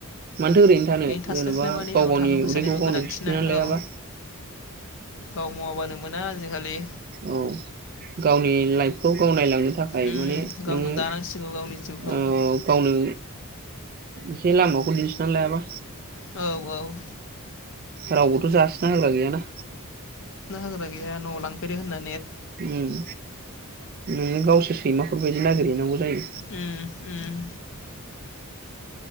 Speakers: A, on the right (about 40°); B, on the left (about 60°).
A: मानोथो ओरैनो थानो।
B: थास्लायस्लाय
A: जेन'बा
B: माने
A: गाव
B: औ
A: गावनि
B: थाखा फैसानिबो
A: उदैखौ गावनो
B: गोनांथिना
A: सुफुंनानै लायाबा।
B: औ गाव मावाबानो मोना आजिखालि
A: औ गावनि लाइफखौ गाव नायलांनो थाखाय
B: उम
A: माने
B: गावनो
A: नोङो
B: दानांसिगौ गावनि जिउखौ
A: ओ गावनो एसे लामाखौ दिन्थिना लायाबा।
B: औ औ
A: रावबोथ' जासिना होग्रा गैयाना।
B: ग्रा गैया न' लांफैदो होना।
A: उम नोङो गावसो सैमाफोरबायदि नागिरहैनांगौ जायो।
B: उम उम